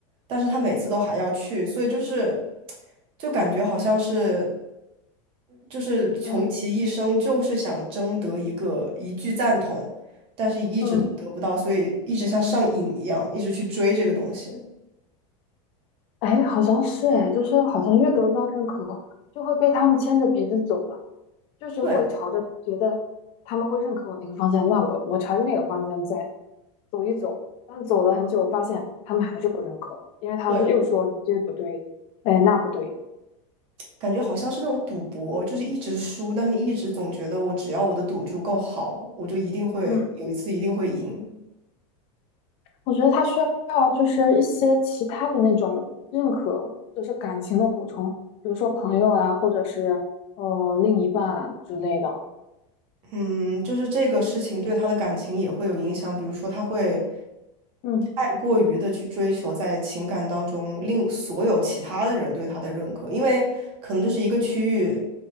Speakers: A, on the right (about 35°); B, on the left (about 35°).
A: 但是他每次都还要去，所以就是就感觉好像是就是穷其一生就是想争得一个一句赞同，
B: 嗯
A: 但是一直都得不到，
B: 嗯，
A: 所以一直像上瘾一样，一直去追这个东西。
B: 哎，好像是哎，就是好像越得不到认可，就会被他们牵着鼻子走了，就是会朝着觉得他们会认可我那个方向，
A: 对。
B: 那我我朝着那个方向再走一走，但走了很久，发现他们还是不认可，因为他们又说这不对，
A: 对，
B: 哎那不对，
A: 感觉好像是那种赌博，就是一直输，但是一直总觉得我只要我的赌注够好，我就一定会有一次一定会赢。
B: 嗯。我觉得他需要就是一些其他的那种认可，就是感情的补充，比如说朋友啊，或者是呃另一半啊之类的。
A: 嗯，就是这个事情对他的感情也会有影响，比如说他会
B: 嗯
A: 太过于的去追求在情感当中令所有其他的人对他的认可，因为可能就是一个区域